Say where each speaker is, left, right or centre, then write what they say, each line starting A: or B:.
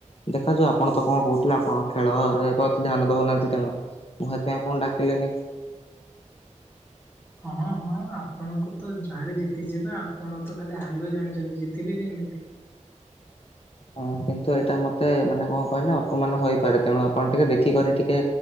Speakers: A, on the left; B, on the left.
A: ଦେଖାଯାଉ ଆପଣ ତ କଣ କହୁଥିଲେ ଆପଣ ଖେଳରେ ବହୁତ ଧ୍ୟାନ ଦଉନାହାନ୍ତି ତେଣୁ। ମୁଁ ସେଥିପାଇଁ ଆପଣଙ୍କୁ ଡାକିଲିନି।
B: ହଁ ହଁ ଆପଣଙ୍କୁ ତ ଯହାରି ଜିତିଯିବେ ଆପଣ ତ ଖାଲି ହାରିବା ଜାଣିଛନ୍ତି ଜିତିବେ କେମିତି?
A: ହଁ କିନ୍ତୁ ଏଇଟା ମତେ ମାନେ କଣ କହିଲେ ଅପମାନ ହେଇପାରେ ତେଣୁ ଆପଣ ଟିକେ ଦେଖିକରି ଟିକେ